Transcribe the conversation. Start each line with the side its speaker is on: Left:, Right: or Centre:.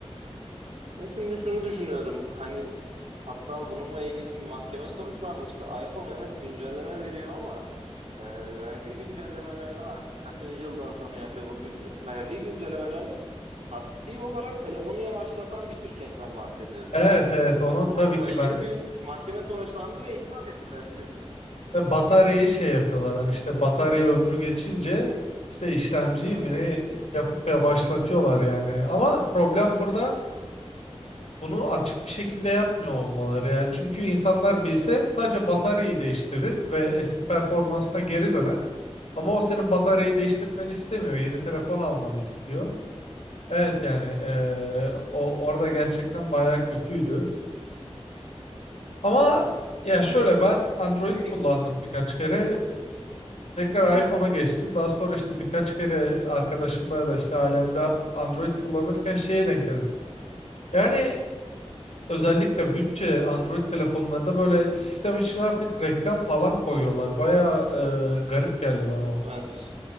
Right: Ya şimdi şunu düşünüyorum. Hani hatta bununla ilgili bir mahkeme sonuçlanmıştı. iPhone evet güncelleme veriyor ama e, verdiği güncellemelerle artık kaçıncı yıldan sonra yapıyor bunu bilmiyorum. Verdiği güncellemelerle kasti olarak telefonu yavaşlatan bir şirketten bahsediyoruz.
Left: Evet evet onu tabii
Right: Bununla
Left: ki
Right: ilgili
Left: ben de
Right: bir mahkeme sonuçlandı ve itiraf ettiler biliyorsun.
Left: Ve bataryayı şey yapıyorlar hani işte batarya ömrü geçince işte işlemciyi
Right: Evet.
Left: mi ne yapıp yavaşlatıyorlar yani. Ama problem burada bunu açık bir şekilde yapmıyor olmaları yani. Çünkü insanlar bilse sadece bataryayı değiştirir ve eski performansına geri döner. Ama o senin bataryayı
Right: Hı hı.
Left: değiştirmeni istemiyor. Yeni telefon almanı istiyor. Evet yani eee,
Right: Kesinlikle.
Left: o orada gerçekten bayağı kötüydü. Ama ya
Right: Ya
Left: şöyle
Right: mes-
Left: ben Android
Right: Hı
Left: kullandım birkaç kere. Tekrar
Right: hı.
Left: iPhone'a geçtim. Daha sonra işte birkaç kere arkadaşımda ya da işte ailemde Android kullanırken şeye denk geldim. Yani özellikle bütçe Android telefonlarında böyle sistem için artık reklam falan koyuyorlar. Bayağı e, garip geldi bana bu.
Right: Evet.